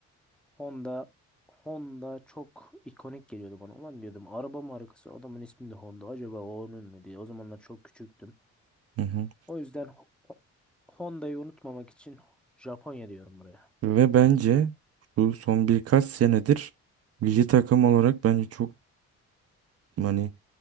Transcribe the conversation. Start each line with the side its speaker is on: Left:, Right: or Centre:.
Centre: Honda Honda çok ikonik geliyordu bana. Ulan diyordum araba markası adamın ismi de Honda. Acaba o onun mu diye. O zamanlar çok küçüktüm.
Right: Hı hı.
Centre: O yüzden Ho- Ho- Honda'yı unutmamak için Japonya diyorum buraya.
Right: Ve bence bu son birkaç senedir milli takım olarak bence çok hani